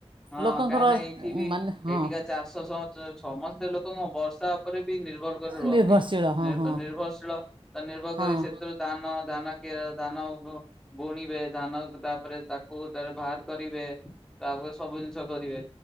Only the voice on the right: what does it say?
ଲୋକଙ୍କର
ମାନେ ହଁ।
ନିର୍ଭରଶୀଳ ହଁ
ହଁ
ହଁ।